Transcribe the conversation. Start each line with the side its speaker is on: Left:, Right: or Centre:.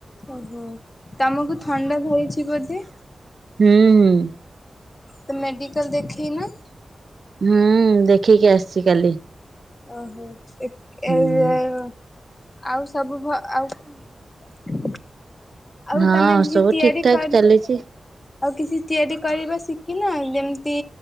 Left: ଓହୋ ତମକୁ ଥଣ୍ଡା ଧଇଛି ବୋଧେ
Right: ହୁଁ ହୁଁ।
Left: ତ ମେଡିକାଲ ଦେଖେଇ ନା
Right: ହୁଁ ଦେଖିକି ଆସିଛି କାଲି
Left: ଓହୋ ଏଇ
Right: ହୁଁ।
Left: <inaudible> ଆଉ ସବୁ ଭ ଆଉ ଆଉ
Right: ହଁ
Left: ତମେ କିଛି
Right: ସବୁ
Left: ତିଆରି
Right: ଠିକ ଠାକ
Left: କରି
Right: ଚାଲିଛି
Left: ଆଉ କିଛି ତିଆରି କର ଶ କି ନା ଯେମିତି